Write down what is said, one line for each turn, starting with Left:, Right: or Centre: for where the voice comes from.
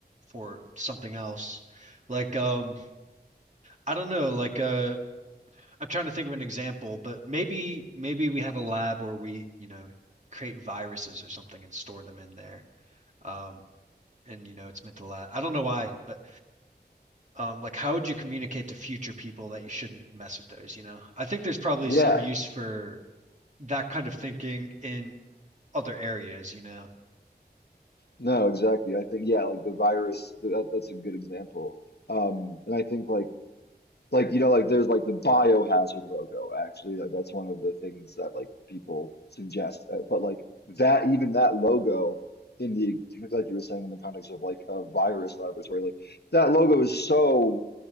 Right: for something else. Like um I don't know, like uh I'm trying to think of an example, but maybe maybe we have a lab where we, you know, create viruses or something and store them in there. Um, and you know, it's meant to last. I don't know why, but um, like, how would you communicate to future people that you shouldn't mess with those? You know, I think there's probably
Left: Yeah.
Right: some use for that kind of thinking in other areas. You know,
Left: No, exactly. I think yeah, like the virus, th- that, that's a good example. Um, and I think like like you know like there's like the biohazard logo actually like that's one of the things that like people suggest. Uh, but like that even that logo in the like you were saying in the context of like a virus laboratory like that logo is so